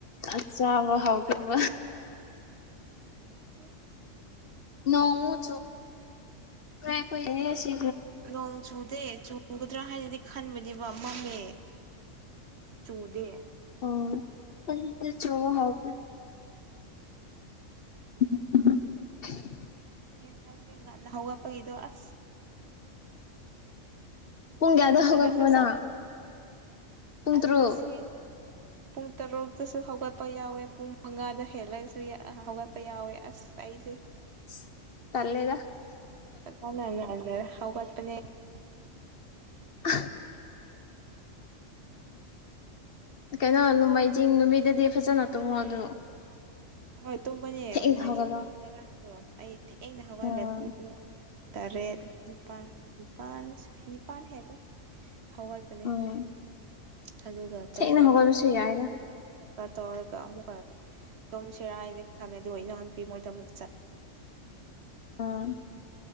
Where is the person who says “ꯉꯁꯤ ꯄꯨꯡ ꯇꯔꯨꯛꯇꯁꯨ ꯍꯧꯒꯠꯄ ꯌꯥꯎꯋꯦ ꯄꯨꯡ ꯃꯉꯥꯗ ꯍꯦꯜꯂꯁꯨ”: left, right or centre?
Right